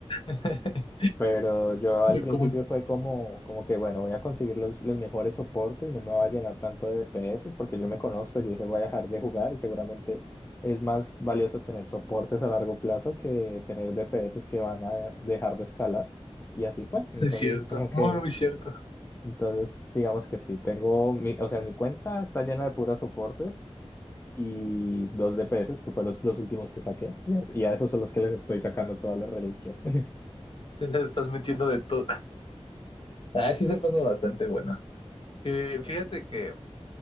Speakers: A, on the left; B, on the left.
A: verdad. <laughs>
B: Pero yo al
A: Yo
B: principio
A: como,
B: fue como, como que, bueno, voy a conseguir los, los mejores soportes, no me va a llenar tanto de DPS, porque yo me conozco, yo dije, voy a dejar de jugar y seguramente es más valioso tener soportes a largo plazo que tener DPS que van a dejar de escalar. Y así fue. Entonces,
A: sí es cierto,
B: como que,
A: muy, muy cierto.
B: entonces, digamos que sí, tengo, mi, o sea, mi cuenta está llena de puras soportes y dos DPS, que fue los dos últimos que saqué, y a, y a esos son los que les estoy sacando todas las reliquias. <laughs>
A: Te le estás metiendo de todo. Ah, sí se pone bastante bueno. Que fíjate que,